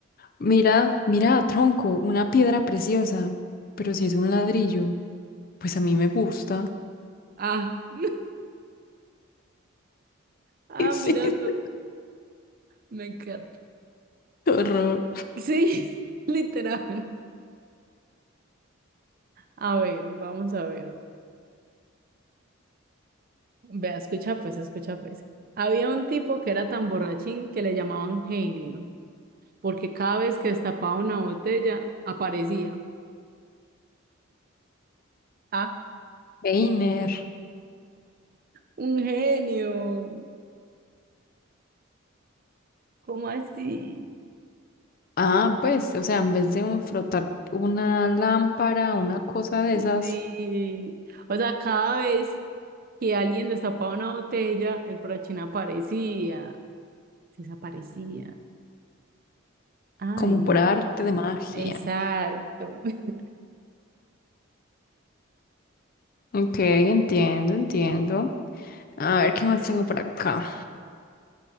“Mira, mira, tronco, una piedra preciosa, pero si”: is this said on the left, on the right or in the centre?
Left